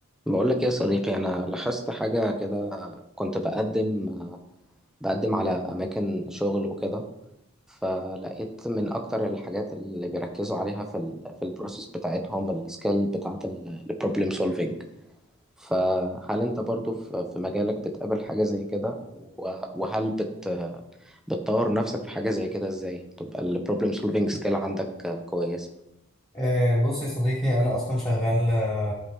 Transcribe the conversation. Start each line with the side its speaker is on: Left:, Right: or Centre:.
Centre: بقول لك إيه يا صديقي انا لاحظت حاجه كده كنت بقدم بقدم على اماكن شغل وكده فلقيت من اكتر الحاجات اللي بيركزوا عليها في ال في البروسيس بتاعتهم السكيل بتاعه البروبلم سولفينج فهل انت برضو في في مجالك بتقابل حاجه زي كده و- وهل بت بتطور نفسك في حاجه زي كده ازاي تبقى البروبلم سولفينج سكيل عندك كويسه
Left: آه، بص يا صديقي أنا أصلا شغال آه،